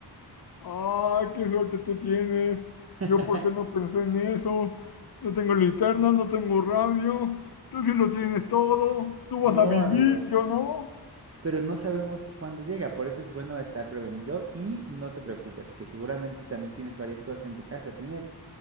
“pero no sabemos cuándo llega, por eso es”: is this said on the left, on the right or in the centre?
Right